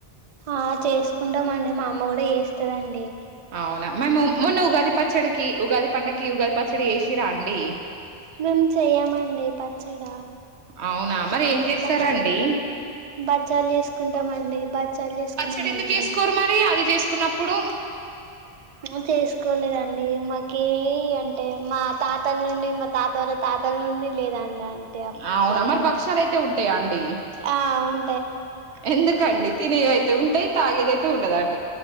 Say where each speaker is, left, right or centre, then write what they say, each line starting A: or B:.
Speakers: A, on the right; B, on the right.
A: ఆ చేసుకుంటాం అండి మా అమ్మ కూడా వేస్తదండి
B: అవునా మేము మొన్న ఉగాది పచ్చడికి ఉగాది పండక్కి ఉగాది పచ్చడి వేసిరా అండి
A: మేము చెయ్యమండి పచ్చడ
B: అవునా మరి ఏం చేస్తారండి,
A: బచ్చాలు చేసుకుంటామండి బచ్చాలు చేసుకున్నామండి
B: పచ్చడి ఎందుకు వేసుకోరు మరి అది చేసుకున్నప్పుడు.
A: మో చేసుకోలేదండి మాకి అంటే మా తాతల నుండి మా తాత వాళ్ళ తాతల నుండి. లేదండి అంటే అప్పండుగ
B: అవునా మరి భక్షాలు అయితే ఉంటాయా అండి
A: ఆ ఉం
B: ఎందుకండి తినే అయితే ఉంటయి తాగ్యదతే ఉండదను